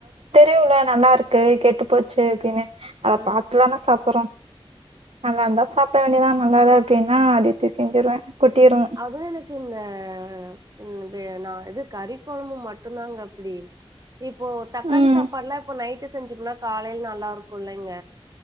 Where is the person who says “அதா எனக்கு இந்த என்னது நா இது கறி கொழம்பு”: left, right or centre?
Right